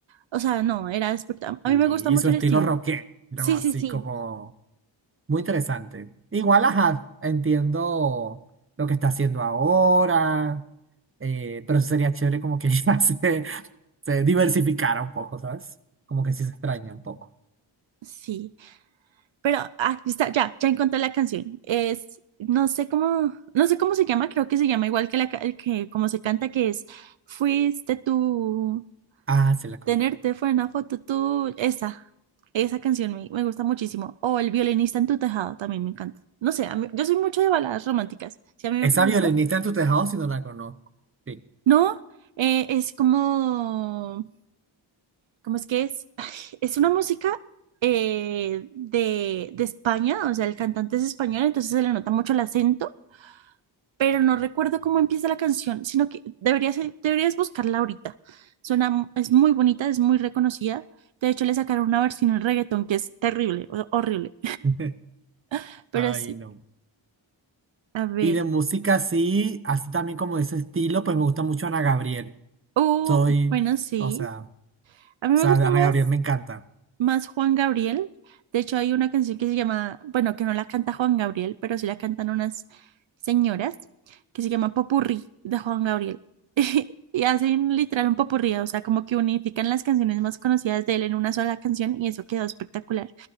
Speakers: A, on the right; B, on the right.
A: O sea, no, era espectacular. A
B: y,
A: mí me gusta mucho
B: y su estilo
A: el estilo.
B: rockero,
A: Sí,
B: así
A: sí, sí.
B: como Muy interesante. Igual, ajá, entiendo lo que está haciendo ahora, eh, pero sí sería chévere como que <laughs> ya se, se diversificara un poco, ¿sabes? Como que sí se extraña un poco.
A: Sí, pero ah, está, ya, ya encontré la canción. Es, no sé cómo, no sé cómo se llama, creo que se llama igual que la ca- que como se canta, que es Fuiste tú,
B: Ah, se la conozco.
A: tenerte fue una foto tú. Esa, esa canción me, me gusta muchísimo. O El violinista en tu tejado también me encanta. No sé, a mí- yo soy mucho de baladas románticas. Si a mí me
B: Esa
A: preguntan,
B: violinista en tu tejado, si no la conozco. Sí.
A: No, eh, es como, ¿cómo es que es? <sighs> Es una música eh, de, de España, o sea, el cantante es español, entonces se le nota mucho el acento, pero no recuerdo cómo empieza la canción, sino que deberías, deberías buscarla ahorita. Suena, mu- es muy bonita, es muy reconocida. De hecho, le sacaron una versión en reggaetón que es terrible, o- horrible.
B: <laughs>
A: <laughs> Pero
B: Ay,
A: sí,
B: no.
A: a ver.
B: Y de música, sí, así también como de ese estilo, pues me gusta mucho Ana Gabriel.
A: Oh,
B: Soy,
A: bueno, sí.
B: o sea, o
A: A mí
B: sea,
A: me gusta
B: Ana
A: más.
B: Gabriel me encanta.
A: más Juan Gabriel. De hecho, hay una canción que se llama, bueno, que no la canta Juan Gabriel, pero sí la cantan unas señoras, que se llama Popurrí de Juan Gabriel. <laughs> Y hacen literal un popurrí, o sea, como que unifican las canciones más conocidas de él en una sola canción y eso quedó espectacular.